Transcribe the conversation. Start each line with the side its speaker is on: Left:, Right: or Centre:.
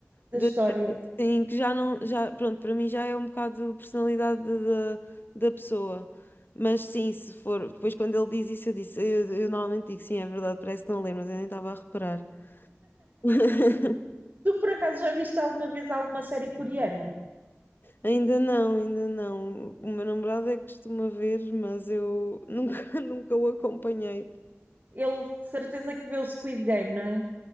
Right: Da
Left: da
Right: história.
Left: sim, que já não, já, pronto, para mim já é um bocado personalidade da, da da pessoa. Mas sim, se for, depois quando ele diz isso, eu disse, eu, eu normalmente digo, sim, é verdade, parece que estão a ler, mas eu nem estava a reparar. <laughs>
Right: Tu, por acaso, já viste alguma vez alguma série coreana?
Left: Ainda não, ainda não. O meu namorado é que costuma ver, mas eu nunca, <laughs> nunca o acompanhei.
Right: Ele, de certeza que vê o Squid Game, não é?